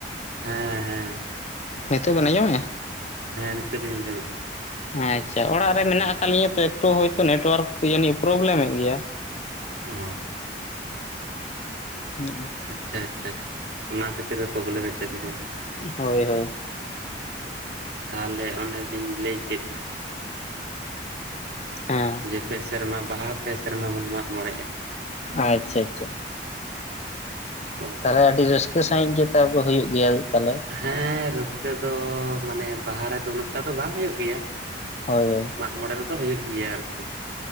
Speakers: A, on the right; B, on the left.
A: ᱦᱮᱸ ᱦᱮᱸ᱾
B: ᱱᱤᱛᱚᱜ ᱵᱮᱱ ᱟᱸᱡᱚᱢ ᱮᱜ-ᱟ?
A: ᱦᱮᱸ, ᱱᱤᱛᱚᱜ ᱞᱤᱧ ᱟᱸᱡᱚᱢᱮᱫ᱾
B: ᱟᱪᱪᱷᱟ, ᱚᱲᱟᱜ ᱨᱮ ᱢᱮᱱᱟᱜ ᱟᱠᱟᱫ ᱞᱤᱧᱟᱹ ᱛᱚ ᱮᱠᱴᱩ ᱦᱚᱭᱛᱳ ᱱᱮᱴᱣᱟᱨᱠ ᱠᱩ ᱡᱟᱱᱤᱡ ᱯᱨᱚᱵᱞᱮᱢᱮᱫ ᱜᱮᱭᱟ᱾
A: ᱚᱻ
B: <unintelligible>
A: ᱟᱪᱪᱷᱟ ᱟᱪᱪᱷᱟ ᱟᱪᱪᱷᱟ ᱚᱱᱟ ᱠᱷᱟᱹᱛᱤᱨᱮ ᱯᱨᱚᱵᱞᱮᱢᱮᱫ ᱛᱟᱵᱤᱱᱟ᱾
B: ᱦᱳᱭ ᱦᱳᱭ
A: ᱛᱟᱦᱚᱞᱮ ᱚᱱᱮᱞᱤᱧ ᱞᱟᱹᱭ ᱠᱮᱫ
B: ᱦᱮᱸ
A: ᱡᱮ ᱯᱮ ᱥᱮᱨᱢᱟ ᱵᱟᱦᱟ ᱯᱮ ᱥᱮᱨᱢᱟ ᱢᱟᱱᱮ ᱢᱟᱜ ᱢᱚᱬᱮᱜᱼᱟ᱾
B: ᱟᱪᱪᱷᱟ ᱟᱪᱪᱷᱟ᱾
A: <unintelligible>
B: ᱛᱟᱦᱚᱞᱮ ᱟᱹᱰᱤ ᱨᱟᱹᱥᱠᱟᱹ ᱥᱟᱹᱦᱤᱡ ᱜᱮ ᱛᱟᱵᱚ ᱦᱩᱭᱩᱜ ᱜᱮᱭᱟ ᱛᱟᱞᱮ?
A: ᱦᱮᱸᱻ ᱨᱟᱹᱥᱠᱟᱹ ᱫᱚ, ᱢᱟᱱᱮ ᱵᱟᱦᱟ ᱨᱮᱫᱚ ᱩᱱᱟᱹᱜ ᱴᱟ ᱫᱚ ᱵᱟᱝ ᱦᱩᱭᱩᱜ ᱜᱮᱭᱟ
B: ᱦᱳᱭ ᱦᱳᱭ᱾
A: ᱢᱟᱜ ᱢᱚᱬᱮ ᱨᱮᱫᱚ ᱦᱩᱭᱩᱜ ᱜᱮᱭᱟ ᱟᱨᱠᱤ᱾